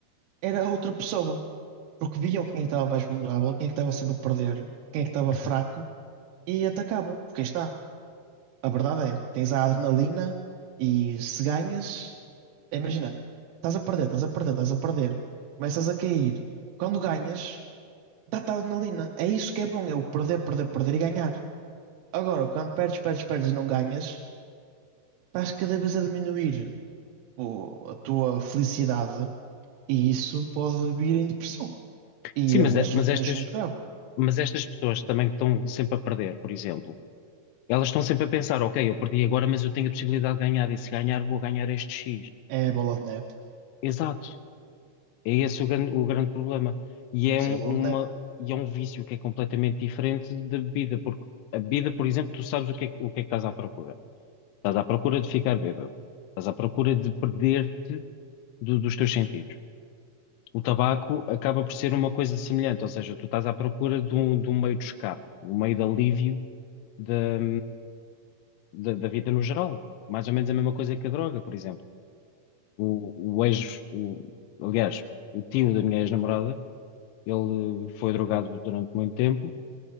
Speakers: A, on the right (about 85°); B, on the left (about 85°).
A: era a outra pessoa, porque viam quem é que estava mais vulnerável, quem é que estava sempre a perder, quem é que estava
B: uhum.
A: fraco, e atacavam, porque aí está, a verdade é, tens a adrenalina, e se ganhas, imagina, estás a perder, estás a perder, estás a perder, começas a cair, quando ganhas Dá-te adrenalina. É isso que é bom, é o perder, perder, perder e ganhar. Agora, quando perdes, perdes, perdes e não ganhas, estás cada vez a diminuir o- a tua felicidade e isso pode vir em depressão. E
B: Sim,
A: é
B: mas,
A: um
B: é-
A: assunto
B: mas estas,
A: mesmo muito grave.
B: mas estas pessoas também que estão sempre a perder, por exemplo, elas estão sempre a pensar, ok, eu perdi agora, mas eu tenho a possibilidade de ganhar, e se ganhar, vou ganhar este X.
A: É a bola de neve.
B: Exato. É esse o grande, o grande problema. E é
A: Isso
B: um,
A: é a bola
B: uma,
A: de neve.
B: e é um vício que é completamente diferente da bebida, porque a bebida, por exemplo, tu sabes o que é, que- o que é que estás à procura. Estás à procura de ficar bêbado. Estás à procura de perder-te do- dos teus sentidos. O tabaco acaba por ser uma coisa semelhante, ou seja, tu estás à procura de um, de um meio de escape, um meio de alívio da, da, da vida no geral. Mais ou menos a mesma coisa que a droga, por exemplo. O, o ex, o, aliás, o tio da minha ex-namorada Ele eh, foi drogado durante muito tempo,